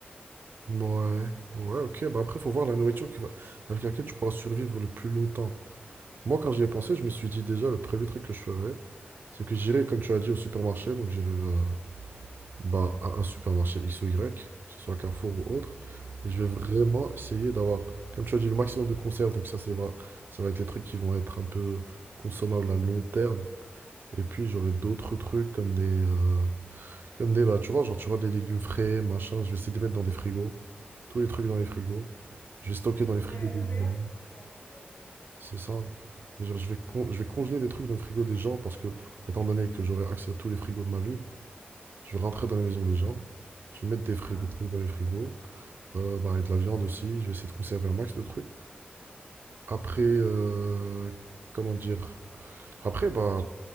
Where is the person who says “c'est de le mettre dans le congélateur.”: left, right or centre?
Left